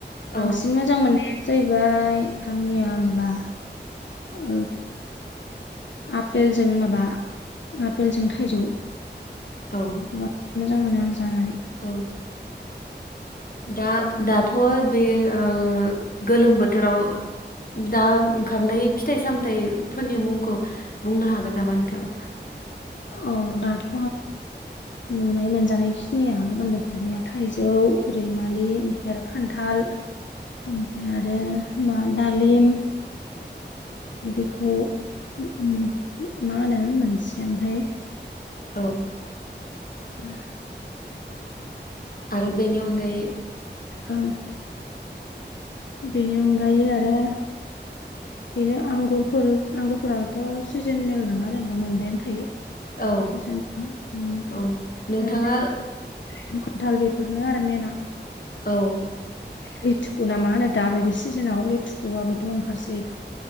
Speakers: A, on the left; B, on the left.
A: बांसिन
B: औ
A: मोजां मोननायानो जाहैबाय आंनिया माबा ओ आफेलजों माबा आपेलजों थाइजौ।
B: औ
A: बेखौ बांसिन मोजां मोनो आं जानानै।
B: औ दा दाथ' बे ओ गोलोम बोथोराव दा ओंखारनाय फिथाइ सामथायाइफोरनि मुंखौ बुंनो हागोन नामा नोंथां?
A: औ दाथ' नुनाय मोनजानाय खिनिया गोलोम बोथोरनिया थाइजौ, रैमालि। आरो खान्थाल ओमफ्राय आरो मा दालिम। बिखौ उ उम मा होनो मोनसे ओमफ्राय
B: औ।
A: उम
B: आरो बेनि अनगायै।
A: <unintelligible> बेनि अनगायै आरो बेनो आंगुरफोर आंगुरफोराबथ' सिजेनेल नङा जेनेबा मोनबायानो थायो।
B: औ
A: दाज जाह।
B: औ नोंथाङा
A: <unintelligible> खान्थाल बेफोरनो आरो मेेनना।
B: औ
A: लिथुखु ना मा होनो दाबायदि सिजोनाव लिथुकुआबोथ' ओंखारसै दा।